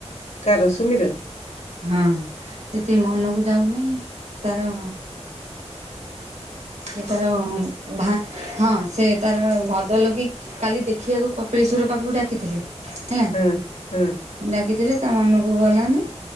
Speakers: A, on the left (about 80°); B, on the right (about 85°).
A: କାର ସୁମିର?
B: ହଁ ଯେତେ ମନକୁ ଯାଉନେଇ ତାର
A: <inaudible>
B: ସେ ତାର ଭା ହଁ ସେ ତାର ଭଦରଲୋକିି କାଲି ଦେଖିବାକୁ କପିଳିଶ୍ୱର ଘର ପାଖକୁ ଡାକିଥିଲି ହେଲା,
A: ହଁ ହଁ
B: ଡାକିଥିଲି ତା ମନକୁ ଗଲାନି